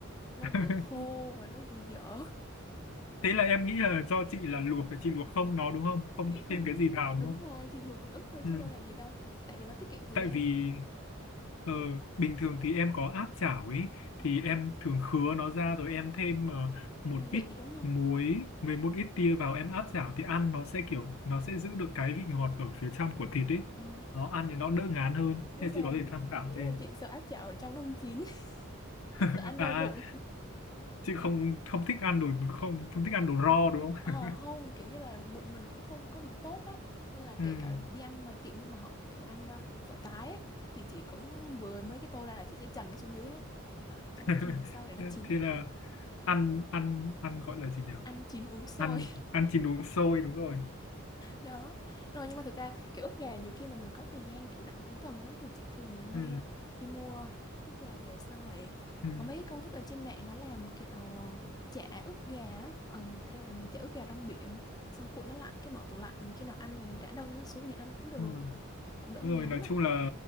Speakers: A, on the left (about 20°); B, on the left (about 80°).
A: nó
B: <laughs>
A: vừa khô và nó vừa dở
B: thế là em nghĩ là do chị là luộc chị luộc không nó đúng không không
A: chị không
B: thêm cái
A: biết
B: gì vào đúng
A: đúng
B: không
A: rồi thì luộc ức thôi
B: ừ.
A: chứ đâu là gì đâu tại vì nó tiết kiệm thời
B: tại
A: gian
B: vì Ờ, bình thường thì em có áp chảo ấy thì
A: à,
B: em thường khứa nó ra rồi em thêm ờ, một
A: gia vị
B: ít
A: đúng không
B: muối với một ít tiêu vào em áp chảo thì ăn nó sẽ kiểu nó sẽ giữ được cái vị ngọt ở phía trong của thịt ấy
A: ừ.
B: nó ăn thì nó đỡ ngán hơn
A: biết
B: nên
A: sao
B: chị có
A: không?
B: thể tham khảo
A: ý
B: thêm
A: là chị sợ áp chảo ở trong nó không chín <laughs>
B: <laughs>
A: chị sợ ăn
B: à
A: đau bụng
B: chị không không thích ăn đồ không không thích ăn đồ raw đúng
A: ờ
B: không
A: không kiểu như là bụng mình cũng không có được tốt á nên là kể
B: <laughs> ừ.
A: cả đi ăn ngoài tiệm nhưng mà họ kiểu ăn ờ, phở tái ấy, thì chị cũng vừa mấy cái tô ra là chị sẽ trần nó xuống dưới hết Đó, cho
B: <laughs>
A: nó chìm sâu để nó
B: thế
A: chín
B: thế là ăn ăn ăn gọi là gì nhỉ
A: ăn chín uống sôi
B: ăn ăn chín uống sôi đúng rồi
A: đó rồi nhưng mà thực ra kiểu ức gà nhiều khi mà mình có thời gian kiểu rảnh cuối tuần á thì chị thường hay
B: ừ.
A: à, đi mua ức gà về xong rồi
B: Ừ.
A: có mấy cái công thức ở trên mạng nó làm kiểu chả ức gà á, ờm, hay làm chả ức gà rong biển xong cuộn nó lại cái bỏ tủ lạnh khi nào ăn này đã đông nó xuống thì ăn cũng được
B: Đúng rồi.
A: cũng đỡ
B: Đúng
A: ngán
B: rồi nói
A: á
B: chung là